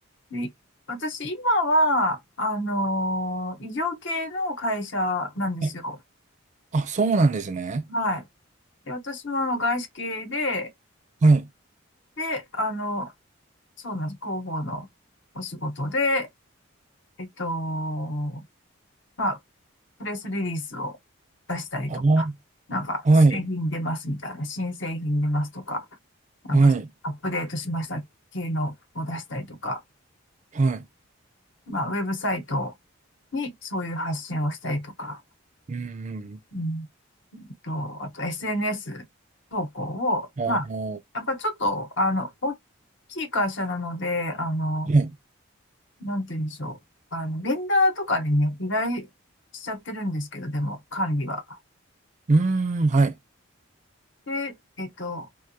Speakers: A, on the left; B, on the right.
A: い。で、私、今は、あのー医療系の会社なんですよ。
B: えあ、そうなんですね。
A: はい。で、私もあの外資系で、
B: はい。
A: で、あの、そうなんです。広報のお仕事で、えっと、まあ、プレスリリースを出したりとか、
B: あー、
A: なんか、
B: はい。
A: 製品出ますみたいな、新製品出ますとか、なんか、
B: はい。
A: アップデートしました系のを出したりとか、
B: はい。
A: まあ、ウェブサイトにそういう発信をしたりとか、
B: うん
A: うんと、あと SNS 投稿を、
B: うん。
A: まあ、
B: あー、
A: やっぱちょっと、あの、大きい会社なので、あの、
B: ね
A: なんて言うんでしょう。あの、ベンダーとかでね、依頼しちゃってるんですけど、でも、管理は。
B: うーん、はい。
A: で、えっと、